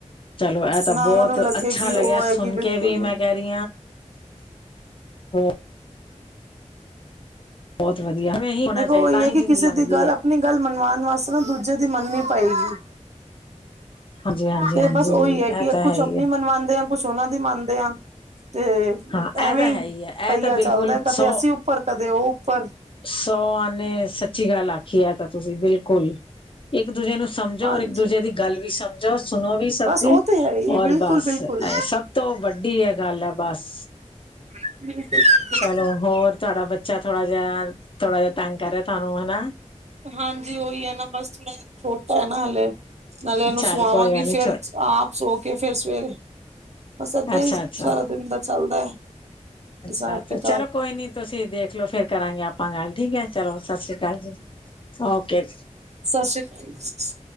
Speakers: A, on the left; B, on the right.
A: ਚਲੋ ਇਹ ਤਾਂ
B: ਨਾ
A: ਬਹੁਤ
B: ਉਹਨਾਂ ਨੂੰ ਲੱਗੇ
A: ਅੱਛਾ
B: ਕਿ
A: ਲਗਿਆ
B: ਉਹ ਹੈ
A: ਸੁਣ
B: ਕਿ ਬਿਲਕੁਲ
A: ਕੇ ਵੀ ਮੈਂ ਕਹਿ <unintelligible> ਬਹੁਤ ਵਧੀਆ ਵੇ ਇਹੀ ਹੋਣਾ
B: ਦੇਖੋ
A: ਚਾਹੀਦਾ
B: ਉਹੀ
A: ਤਾਂ
B: ਹੈ
A: ਹੀ
B: ਕਿ
A: ਜ਼ਿੰਦੀ
B: ਕਿਸੇ
A: ਲੰਘਦੀ
B: ਦੀ ਗੱਲ
A: ਐ
B: ਆਪਣੀ ਗੱਲ ਮਨਵਾਉਣ ਵਾਸਤੇ ਨਾ ਦੂਜੇ ਦੀ ਮੰਨਨੀ ਪਏਗੀ
A: ਹਾਂਜੀ ਹਾਂਜੀ
B: ਤੇ
A: ਹਾਂਜੀ
B: ਬਸ ਓਹੀ
A: ਇਹ
B: ਹੈ ਕਿ
A: ਤਾਂ
B: ਕੁਛ
A: ਹੀ
B: ਆਪਣੀ
A: ਹੈ
B: ਮਨਵਾਉਂਦੇ ਆ ਕੁਛ ਉਹਨਾਂ ਦੀ ਮੰਨਦੇ ਆ ਤੇ
A: ਹਾਂ
B: ਐਵੇਂ
A: ਇਹ ਤਾਂ ਹੈ
B: ਈ
A: ਹੀ ਹੈ
B: ਪਹੀਆ
A: ਇਹ ਤਾਂ ਬਿਲਕੁਲ
B: ਚੱਲਦਾ ਕਦੇ
A: ਸੌ
B: ਅਸੀਂ ਉੱਪਰ ਕਦੇ ਉਹ ਉੱਪਰ
A: ਸੌ ਆਨੇ ਸੱਚੀ ਗੱਲ ਆਖੀ ਹੈ ਤਾਂ ਤੁਸੀਂ ਬਿਲਕੁਲ ਇੱਕ ਦੂਜੇ ਨੂੰ ਸਮਝੋ
B: ਹਾਂਜੀ
A: ਔਰ ਇੱਕ ਦੂਜੇ ਦੀ ਗੱਲ ਵੀ ਸਮਝੋ ਜੋ ਸੁਣੋ ਵੀ ਸਭ
B: ਬਸ
A: ਦੀ
B: ਉਹ ਤੇ ਹੈ ਹੀ
A: ਔਰ
B: ਬਿਲਕੁਲ
A: ਬਸ
B: ਬਿਲਕੁਲ
A: ਸਭ ਤੋਂ ਵੱਡੀ ਇਹ ਗੱਲ ਐ ਬਸ
B: <unintelligible>
A: ਹੇਲੋ ਹੋਰ ਤੁਹਾਡਾ ਬੱਚਾ ਥੋੜਾ ਜਿਹਾ ਥੋੜਾ ਜਿਹਾ ਤੰਗ ਕਰ ਰਿਹਾ ਤੁਹਾਨੂੰ ਹੈਨਾ
B: ਹਾਂਜੀ ਉਹੀ ਹੈ ਨਾ ਬਸ ਥੋੜਾ ਛੋਟਾ ਹੈ ਨਾ ਹਲੇ ਨਾਲੇ ਇਹਨੂੰ
A: ਚੱਲ
B: ਸੁਵਾਵਾਂਗੀ
A: ਕੋਈ ਗੱਲ ਨੀ
B: ਫੇਰ
A: ਛੋੜ
B: ਆਪ ਸੋ ਕੇ ਫੇਰ ਸਵੇਰੇ ਬਸ ਏਦਾਂ
A: ਅੱਛਾ
B: ਹੀ
A: ਅੱਛਾ।
B: ਸਾਰਾ ਦਿਨ ਦਾ ਚੱਲਦਾ ਹੈ
A: ਅੱਛਾ
B: ਹਿਸਾਬ
A: ਅਛਾ
B: ਕਿਤਾਬ
A: ਚਲੋ ਕੋਈ ਨੀ ਤੁਸੀਂ ਦੇਖਲੋ ਫੇਰ ਕਰਾਂਗੇ ਆਪਾਂ ਗੱਲ ਠੀਕ ਹੈ ਚਲੋ ਸਤਿ ਸ੍ਰੀ ਅਕਾਲ ਜੀ ਓਕੇ
B: ਸਤਿ ਸ੍ਰੀ ਅਕਾਲ